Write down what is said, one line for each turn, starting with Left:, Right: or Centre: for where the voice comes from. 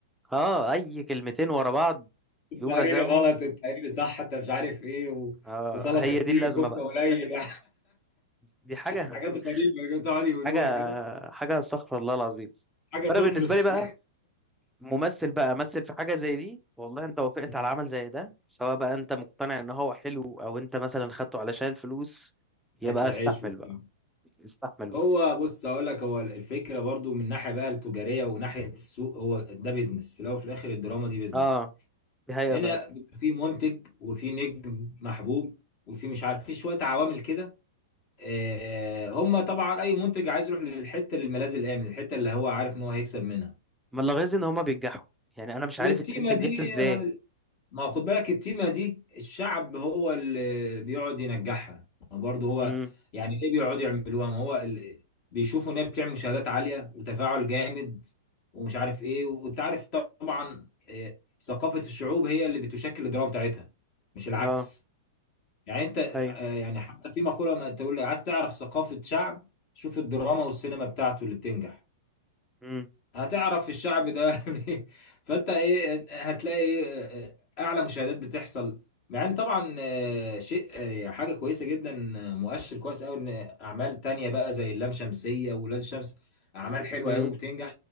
Centre: اه اي كلمتين ورا بعض
Left: <laughs> التقريري
Centre: يقوم رازعهم
Left: غلط التقريري صح انت مش عارف ايه و...
Centre: آه
Left: وسلطه
Centre: هي
Left: كتير
Centre: دي اللازمة
Left: وكفته
Centre: بقى
Left: قليل
Centre: دي حاجة
Left: <laughs> حاجات
Centre: <laughs>
Left: غريبه بتقعد يقولوها
Centre: حاجة
Left: كده
Centre: حاجة استغفر الله العظيم
Left: حاجه
Centre: فانا
Left: تطرش
Centre: بالنسبة لي بقى ممثل بقى مثل في حاجة زي دي والله انت وافقت
Left: <laughs>
Centre: على عمل زي ده سواء بقى انت مقتنع ان هو حلو او انت مثلا خدته علشان الفلوس يبقى
Left: اكل عيش
Centre: استحمل
Left: وبتاع
Centre: بقى استحمل بقى
Left: هو بص اقول لك هو الفكره برضو من ناحيه بقى التجاريه وناحيه السوق هو ده بيزنس في الاول وفي الاخر الدراما دي بيزنس
Centre: اه دي حقيقة
Left: هنا
Centre: فعلا
Left: بيبقى في منتج وفي نجم محبوب وفي مش عارف في شويه عوامل كده آه، هم طبعا اي منتج عايز يروح للحته للملاذ الامن الحته اللي هو عارف ان هو هيكسب منها
Centre: ما لاحظ ان هما بينجحوا يعني انا مش
Left: والتيمه
Centre: عارف انت انت نجحته
Left: دي
Centre: ازاي
Left: آه، ما هو خد بالك التيمه دي الشعب هو اللي بيقعد ينجحها ما هو برضه هو
Centre: امم
Left: يعني ليه بيقعدوا يعملوها ما هو ال- بيشوفوا ان هي بتعمل مشاهدات عاليه وتفاعل جامد ومش عارف ايه وانت عارف طبعا آه، ثقافه الشعوب هي اللي بتشكل الدراما بتاعتها مش العكس
Centre: اه
Left: يعني انت آه،
Centre: ايوه
Left: يعني حتى في مقولة ما تقول لي عايز تعرف ثقافة شعب شوف الدراما والسينما بتاعته اللي بتنجح
Centre: امم
Left: هتعرف الشعب ده <laughs> بي- فانت ايه هتلاقي إيه اعلى مشاهدات بتحصل مع ان طبعا آه، شيء آه، حاجه كويسه جدا آه، مؤشر كويس قوي ان اعمال تانية بقى زي اللام شمسيه وولاد الشمس اعمال حلوه
Centre: امم
Left: قوي وبتنجح